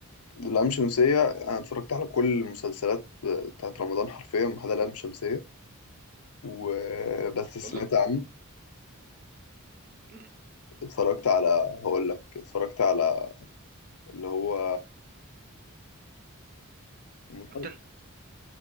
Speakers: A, on the left; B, on the right.
A: اللام شمسية أنا اتفرجت على كل المسلسلات بتاعت رمضان حرفيا ما عدا لام شمسية وبس سمعت
B: كله
A: عنه
B: مم.
A: اتفرجت على هقول لك اتفرجت على اللي هو المسل-
B: كابتن